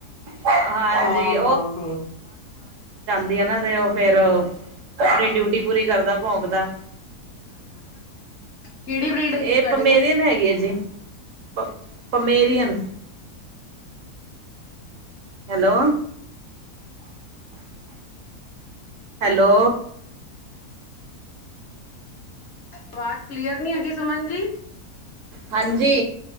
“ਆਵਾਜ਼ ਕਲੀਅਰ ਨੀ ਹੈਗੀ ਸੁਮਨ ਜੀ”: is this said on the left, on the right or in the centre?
Left